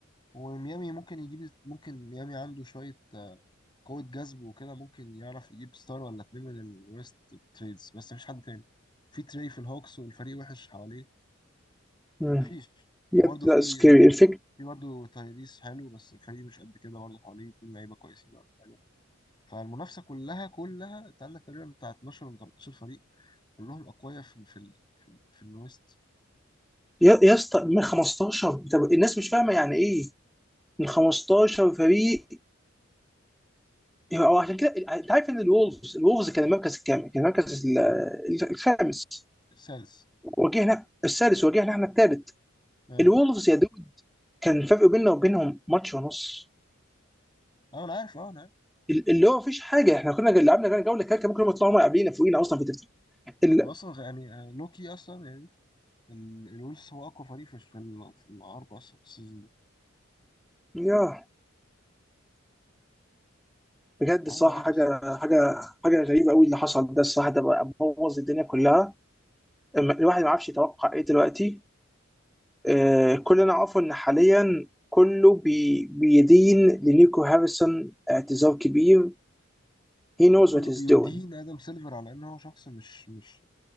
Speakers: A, on the left; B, in the centre.
A: وميامي ممكن يجيب ممكن ميامي عنده شوية آه، قوة جذب وكده ممكن يعرف يجيب ستار ولا اتنين من الويست تريدز بس مفيش حد تاني في تري في الهوكس والفريق وحش حواليه
B: مم.
A: مفيش
B: بجد
A: وبرده في
B: لا سكيري
A: يعني
B: الفكره
A: في برضه تايريس حلو بس الفريق مش قد كده برضه حواليه اتنين لعيبة كويسين ولا حاجة فالمنافسة كلها كلها انت عندك تقريبا بتاع 12 ولا 13 فريق كلهم أقوياء في ال في ال في, ال في الويست
B: يا يا اسطى من 15 طب الناس مش فاهمه يعني ايه من 15 فريق او عشان كده انت عارف ان الولفز الولفز كان المركز الكام؟ كان المركز ال- الخامس
A: السادس
B: واجهنا السادس واجهنا احنا الثالث
A: اه
B: الولفز يا دود كان الفرق بيننا وبينهم ماتش ونص
A: اه انا عارف اه انا عارف
B: ال- اللي هو مفيش حاجه احنا كنا لعبنا كان جوله كده كان ممكن هم يطلعوا هم قبلينا فوقينا اصلا في الترتيب ال-
A: هو اصلا يعني آه، لوكي اصلا يعني ال- الولف هو اقوى فريق في في ال- في العرب اصلا السيزون ده
B: يا بجد
A: حاجه
B: الصراحه
A: غريبه
B: حاجه
A: الصراحه
B: حاجه حاجه غريبه قوي اللي حصل ده الصراحه ده بوظ الدنيا كلها الواحد ما عرفش يتوقع ايه دلوقتي آه، كلنا عارفه ان حاليا كله بي بيدين لنيكو هاريسون اعتذار كبير he knows
A: وكله
B: what he's
A: بيدين
B: doing
A: ادم سيلفر على ان هو شخص مش مش